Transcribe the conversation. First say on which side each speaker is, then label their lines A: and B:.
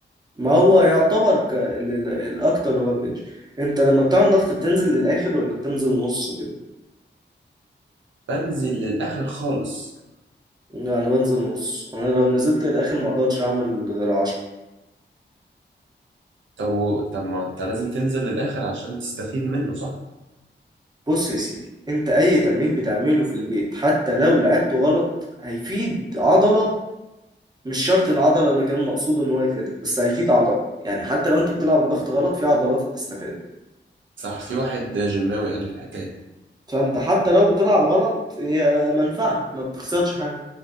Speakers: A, on the right; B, on the right.
A: ما هو يعتبر ك... ال- ال- الأكتر هو البنج انت لما بتعمل ضغط بتنزل للآخر ولا بتنزل نص كده؟
B: بنزل للاخر خالص
A: لا انا بنزل نص انا لو نزلت للاخر ما اقدرش اعمل غير 10
B: طب طب ما انت لازم تنزل للاخر عشان تستفيد منه صح
A: بص يا سيدي انت اي تمرين بتعمله في البيت حتى لو لعبته غلط هيفيد عضلة مش شرط العضلة اللي كان مقصود ان هو يفيدها بس هيفيد عضلة يعني حتى لو انت بتلعب الضغط غلط في عضلات هتستفاد
B: صح في واحد جماوي قال الحكاية دي
A: فانت حتى لو بتلعب غلط هي منفعة ما بتخسرش حاجة